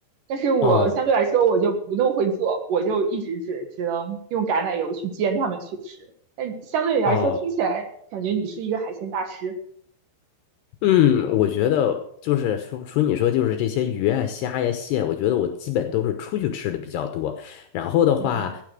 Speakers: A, on the right; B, on the left.
A: 但是我相对来说我就不那么会做，
B: 哦
A: 我就一直只只能用橄榄油去煎它们去吃。但相对来说，
B: 哦，
A: 听起来感觉你是一个海鲜大师。
B: 嗯，我觉得就是说说你说就是这些鱼啊、虾呀、蟹，我觉得我基本都是出去吃的比较多。然后的话，
A: 嗯。